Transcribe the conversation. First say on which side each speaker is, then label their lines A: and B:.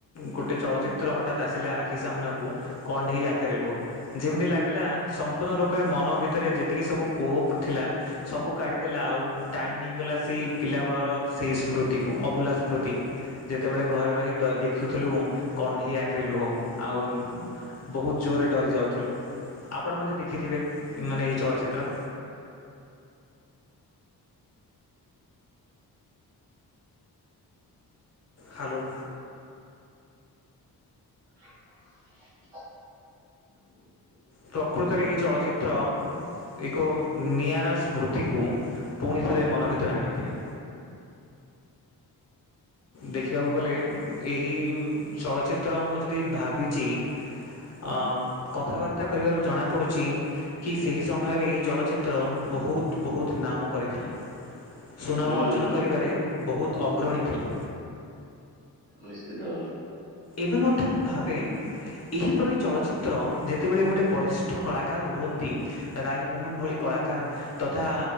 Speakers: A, on the left (about 40°); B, on the right (about 85°).
A: ଗୋଟେ ଚଳଚିତ୍ର
B: ହୁଁ
A: ହଠତ୍ ଆସିଲା ଆଖି ସାମ୍ନାକୁ କଣ୍ଢେଇ ଆଖିରେ ଲୁହ ଯେମିତି ଲାଗିଲା ସମ୍ପୂର୍ଣ୍ଣ ରୂପେ ମନ ଭିତରେ ଯେତିକି ସବୁ କୋହ ଥିଲା। ସବୁ କାଢିଦେଲା ଆଉ ଟାଣି ନେଇଗଲା ସେଇ ପିଲା ବଳର ସେଇ ସ୍ମୃତିକୁ ଅଭୁଲା ସ୍ମୃତି। ଯେତେବେଳେ ଘରେ ରହି ଡରୀ ଦେଖୁଥିଲୁ କଣ୍ଢେଇ ଆଖିରେ ଲୁହ ଆଉ ବହୁତ ଜୋରରେ ଡରି ଯାଉଥିଲୁ ଆପଣ ମଧ୍ୟ ଦେଖିଥିବେ ମାନେ ଏଇ ଚଳଚ୍ଚିତ୍ର ହ୍ୟାଲୋ।
B: <unintelligible>
A: ପ୍ରକୃତରେ ଏଇ ଚଳଚିତ୍ର ଏକ ନିଆରା ସ୍ମୃତିକୁ ପୁଣି
B: ହଁ
A: ଥରେ ମନ ଭିତରେ ଆଣିଦିଏ। ଦେଖିବାକୁ ଗଲେ ଏହି ଚଳଚ୍ଚିତ୍ର ମୁଁ ଯଦି ଭାବିଚି। ଅଁ କଥାବାର୍ତ୍ତା କରିବାରୁ ଜଣା ପଡୁଚି- କି ସେହି ସମୟରେ ଏହି ଚଳଚ୍ଚିତ୍ର ବହୁତ୍ ବହୁତ୍ ନାମ କରିଥିଲା। ସୁନାମ
B: ହୁଁ
A: ଅର୍ଜନ
B: ହୁଁ
A: କରିବାରେ
B: ବହୁତ
A: ବହୁତ୍ ଅଗ୍ରଣୀ ଥିଲା।
B: ନିଶ୍ଚିତ।
A: ଏବେ ମଧ୍ୟ ମୁଁ ଭାବେ- ଏହିପରି ଚଳଚ୍ଚିତ୍ର ଯେତେବେଳେ ଗୋଟିଏ ବରିଷ୍ଠ କଳାକାର ରୁହନ୍ତି। ରାଇମୋହନ ଭଳି କଳାକାର ତଥା